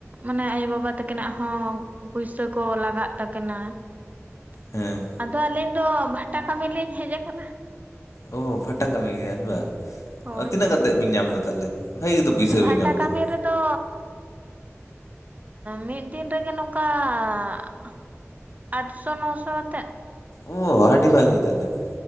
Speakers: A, on the right; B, on the left.
A: ᱢᱟᱱᱮ ᱟᱭᱳᱵᱟᱵᱟ ᱛᱟᱹᱠᱤᱱᱟᱜ ᱦᱚᱸ ᱯᱩᱭᱥᱟᱹ ᱠᱚ ᱞᱟᱜᱟᱜ ᱛᱟᱠᱤᱱᱟ ᱾
B: ᱦᱮᱸ
A: ᱟᱫᱚ ᱟᱹᱞᱤᱧ ᱫᱚ ᱵᱷᱟᱴᱟ ᱠᱟᱹᱢᱤ ᱞᱤᱧ ᱦᱮᱡ ᱠᱟᱱᱟ ᱾
B: ᱳ ᱯᱷᱟᱴᱟ ᱠᱟᱹᱢᱤ ᱜᱮᱭᱟ ᱵᱤᱱ ᱵᱟ
A: ᱦᱳᱭ
B: ᱾ ᱛᱤᱱᱟᱹᱜ
A: ᱦᱳᱭ
B: ᱠᱟᱛᱮᱫ ᱵᱤᱱ ᱧᱟᱢᱫᱟ ᱛᱟᱦᱞᱮ ᱵᱷᱟᱹᱜᱤ ᱜᱮᱛᱚ ᱯᱩᱭᱥᱟ
A: ᱵᱷᱟᱴᱟ
B: ᱵᱤᱱ ᱧᱟᱢᱫᱟ
A: ᱠᱟᱹᱢᱤ
B: ᱾
A: ᱨᱮᱫᱚ ᱢᱤᱫ ᱫᱤᱱ ᱨᱮᱜᱮ ᱱᱚᱝᱠᱟ ᱾ ᱟᱴᱥᱚ ᱱᱚᱥᱚᱛᱮ ᱾
B: ᱚ ᱟᱹᱰᱤ ᱵᱷᱟᱜᱮ ᱛᱟᱦᱚᱞᱮ ᱾